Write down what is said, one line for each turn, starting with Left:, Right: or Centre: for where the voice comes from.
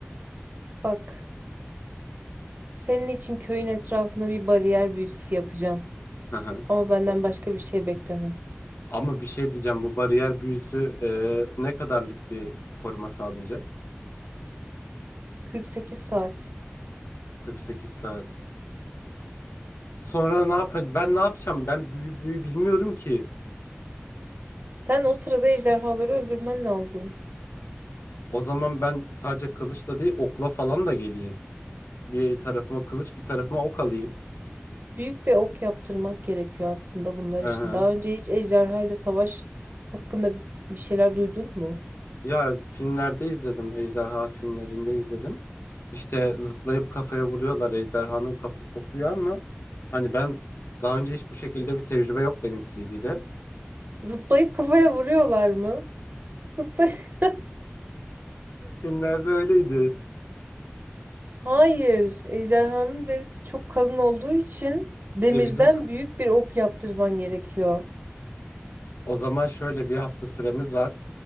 Right: bak senin için köyün etrafına bir bariyer büyüsü yapacağım.
Left: Hı hı.
Right: Ama benden başka bir şey bekleme.
Left: Ama bir şey diyeceğim. Bu bariyer büyüsü e, ne kadarlık bir koruma sağlayacak?
Right: 48 saat.
Left: 48 saat. Sonra ne yapacağım? Ben ne yapacağım? Ben büyü büyü bilmiyorum ki.
Right: Sen o sırada ejderhaları öldürmen lazım.
Left: O zaman ben sadece kılıçla değil okla falan da geleyim. Bir tarafıma kılıç, bir tarafıma ok alayım.
Right: Büyük bir ok yaptırmak gerekiyor aslında bunlar
Left: Hı
Right: için.
Left: hı.
Right: Daha önce hiç ejderha ile savaş hakkında bir şeyler duydun mu?
Left: Ya filmlerde izledim. Ejderha filmlerinde izledim. İşte zıplayıp kafaya vuruyorlar. Ejderhanın kafa kopuyor ama hani ben daha önce hiç bu şekilde bir tecrübe yok benim CV'de.
Right: Zıplayıp kafaya vuruyorlar mı? Zıplay <laughs>
Left: Ya Filmlerde öyleydi.
Right: Hayır. Ejderhanın derisi çok kalın olduğu için demirden
Left: E bizim
Right: büyük bir ok yaptırman gerekiyor.
Left: <laughs> o zaman şöyle bir hafta süremiz var.